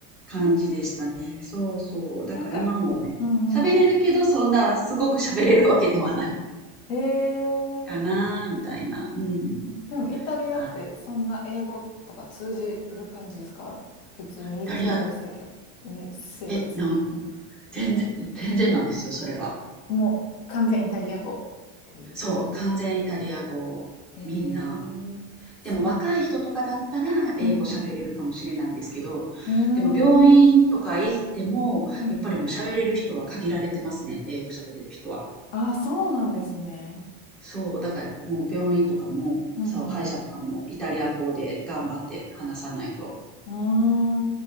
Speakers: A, in the centre; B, on the left.
A: 感じでしたね。
B: うん、
A: そうそう。だから今もね、
B: なんか、うんうん。
A: 喋れるけどそんなすごく喋れるわけではない
B: ええ
A: かな、みたいな。うん。
B: でもイタリアってそんな英語とか通じる感じですか普通に日常生活、
A: あ、イタリア、
B: に生活。
A: え、なん、
B: うん
A: 全然、全然なんですよ、それが。
B: もう完全イタリア語っていう。
A: そう、完全イタリア語。
B: へえ、
A: みんな。
B: そうなん。
A: でも若い人とかだったら英語喋れるかもしれないですけど、
B: うんうん。
A: でも病院とか行っても、
B: うーん。うん。
A: やっぱりもう喋れる人は限られてますね、英語喋れる人は。
B: ああ、そうなんですね。
A: そう、だからもう病院とかも、
B: うんうん。
A: そう、歯医者とかもイタリア語で頑張って話さないと、
B: う